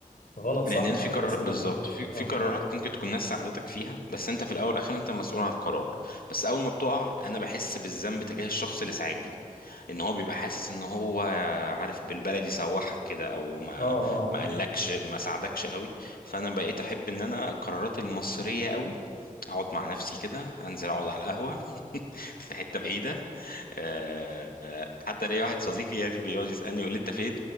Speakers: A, on the left; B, on the left.
A: غلط صح
B: لأن أنا في
A: مسؤوليتي
B: قرار بالظبط في
A: اه
B: في قرارات ممكن تكون ناس ساعدتك فيها بس أنت في الأول والآخر أنت مسؤول عن القرار بس أول ما بتقع أنا بحس بالذنب تجاه الشخص اللي ساعدني ان هو بيبقى حاسس ان هو عارف بالبلدي سوحك كده او ما
A: اه اه
B: ما قالكش ما ساعدكش قوي فانا بقيت احب ان انا القرارات المصريه قوي اقعد مع نفسي كده انزل اقعد على القهوه <laughs> في حته بعيده آه، آه، حتى ليا واحد صديقي يعني بيقعد يسالني يقول لي انت فين